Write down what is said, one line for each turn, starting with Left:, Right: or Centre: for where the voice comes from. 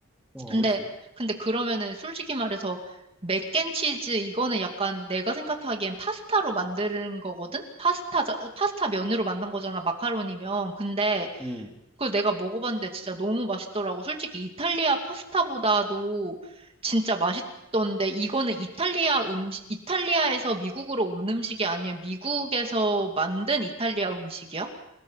Centre: 어,
Right: 근데,
Centre: 그치.
Right: 근데 그러면은 솔직히 말해서 맥앤치즈 이거는 약간 내가 생각하기엔 파스타로 만드는 거거든? 파스타, 파스타 면으로 만든 거잖아, 마카로니면. 근데
Centre: 음.
Right: 그걸 내가 먹어봤는데 진짜 너무 맛있더라고. 솔직히 이탈리아 파스타보다도 진짜 맛있던데 이거는 이탈리아 음식, 이탈리아에서 미국으로 온 음식이 아니면 미국에서 만든 이탈리아 음식이야?